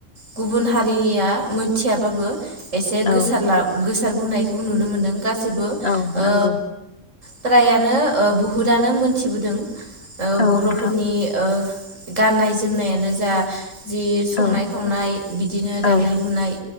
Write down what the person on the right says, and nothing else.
गुबुन हारिनिया मोनथियाबाबो एसे
गोसालाब गोसा बुंसार बुंनायखौ नुनो मोनदों गासै सिबो
ओ
फ्रायानो ओ बुहुदानो मोनथिबोदों।
बर'फोरनि
ओ गाननाय जोमनायानो जा जि संनाय
खावनाय बिदिनो दानाय
लुनाय